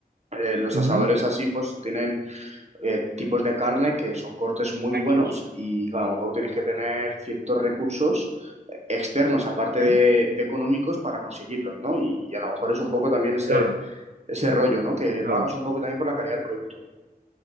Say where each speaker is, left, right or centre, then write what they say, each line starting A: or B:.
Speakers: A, on the right (about 45°); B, on the right (about 75°).
A: eh, los
B: Ujú.
A: asadores así, pues tienen eh, tipos de carne que son cortes muy
B: Gracias.
A: buenos y que a lo mejor tienes que tener ciertos recursos eh, externos, aparte
B: Sí,
A: de, de económicos, para conseguirlos, ¿no? Y, y a lo mejor es un poco también ese,
B: claro,
A: ese rollo, ¿no? Que
B: claro,
A: pagas un poco también por la calidad del producto.